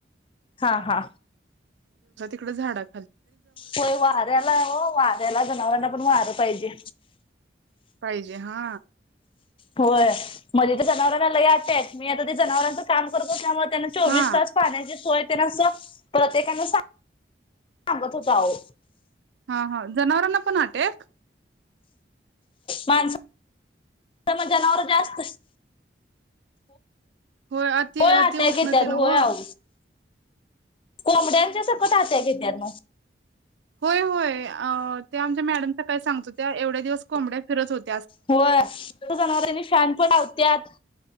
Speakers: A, on the left; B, on the right.
A: हा हा
B: पुढं झाडात
A: होय वाऱ्यालाय ओ वाऱ्याला जनावरांना पण वारं पाहिजे.
B: पाहिजे हा
A: होय मध्ये तर जनावरांना लई <unintelligible> मी आता ते जनावरांच काम करत असल्यामुळ त्यांना चोवीस
B: हा
A: तास पाण्याची सोय तेन असं प्रत्येकाना सांग सांगत होत आओ
B: हा हा जनावरांना पण अटॅक?
A: माणस तर म जनावर जास्त
B: हो अति
A: होय अटॅक
B: अति उष्णतेन
A: येत्यात होय अहो
B: ओ
A: कोंबड्यांच्या सकट अटॅक <unintelligible>
B: होय होय अ ते आमच्या मॅडम तर काय सांगत होत्या एवढ्या दिवस कोंबड्या फिरत होत
A: होय ते जनावरांनी शान पण लावत्यात <inaudible>